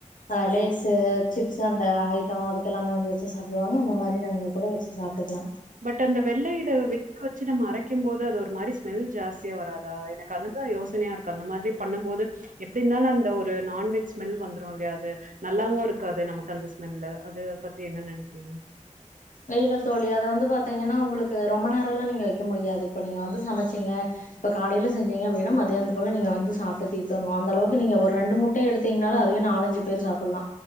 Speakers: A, on the left; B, on the right.
A: அ லேஸு சிப்ஸு அந்த ஐட்டோ அதுக்கெல்லாமே வந்து வச்சு சாப்டுவாங்க அந்த மாரி நீங்க கூட வச்சு சாப்ட்டுக்லா
B: பட் அந்த வெள்ள இத வேக வச்சு நம்ம அரைக்கும் போது அது ஒரு மாரி ஸ்மெல் ஜாஸ்தியா வராதா எனக் கு அதுதா யோசனையா இருக்கு அந்த மாத்ரி பண்ணும் போது எப்டி இருந்தாலு அந்த ஒரு நான்வெஜ் ஸ்மெல் வந்துரு இல்யா அது நல்லாவு இருக்காது நமக்கு அந்த ஸ்மெல்லு அத பத்தி என்ன நெனைக்றீங்க
A: அ இல்ல தோழி அத வந்து பாத்தீங்கன்னா உங்களுக்கு ரொம்ப நேரல்லா நீங்க வைக்க முடியாது இப்ப நீங்க வந்து சமச்சீங்க இப்ப காலைய்ல செஞ்சீங்க அப்டின்னா மதியானத்துக்குள்ள நீங்க வந்து சாப்ட்டு தீத்தர்ணு அந்தளவுக்கு நீங்க ஒரு ரெண்டு முட் டைய எடுத்தீங்னாலே அதுவே நாலஞ்சு பேர் சாப்பிட்லா